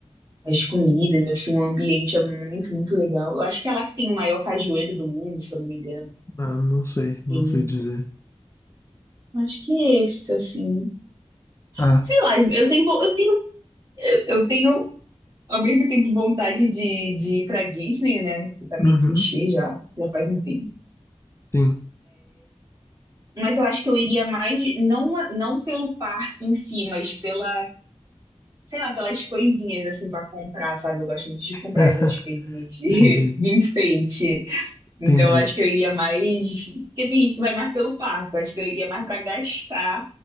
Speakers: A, on the right; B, on the left.
A: as comidas, assim, o ambiente é muito, muito legal. Eu acho que é lá que tem o maior cajueiro do mundo, se eu não me engano.
B: Ah, não sei, não
A: E
B: sei dizer.
A: acho que é esse, assim.
B: Ah,
A: Sei lá, eu tenho, vo- eu tenho, eu eu tenho ao mesmo tempo vontade de, de ir pra Disney, né? Que tá meio
B: uhum,
A: clichê já, já faz um tempo.
B: sim.
A: Mas eu acho que eu iria mais, não, a- não pelo parque em si, mas pela, sei lá, pelas coisinhas, assim, pra comprar, sabe? Eu gosto muito de comprar
B: <laughs>
A: essas coisinhas de,
B: Entendi,
A: <laughs> de enfeite. Então,
B: entendi.
A: eu acho que eu iria mais. Porque tem gente que vai mais pelo parque. Eu acho que eu iria mais para gastar